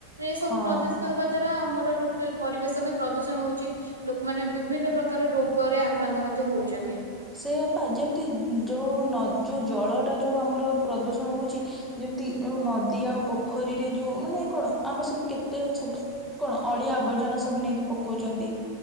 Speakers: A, on the right; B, in the centre.
A: ଏ ସବୁ
B: ହଁ
A: ପ୍ରଦୂଷଣ ହେବା ଦ୍ଵାରା ଆମର ଟୋଟାଲ ପରିବେଶ ବି ପ୍ରଦୂଷଣ ହଉଛି। ଲୋକମାନେ ବିଭିନ୍ନ ପ୍ରକାର ରୋଗରେ ଆକ୍ରାନ୍ତ ମଧ୍ୟ ହଉଚନ୍ତି।
B: ସେଇଆପା ଯେମିତି ଯୋଉ ନ ଯୋଉ ଜଳଟା ଯୋଉ ଆମର ପ୍ରଦୂଷଣ ହଉଚି ଯେମିତି ଯଉ ନଦୀ ଆଉ ପୋଖରୀରେ ଯୋଉ ମାନେ କଣ ଆମେ ସବୁ କେତେ ସବୁ କଣ ଅଳିଆ ଆବର୍ଜନା ସବୁ ନେଇକି ପକଉଚନ୍ତି।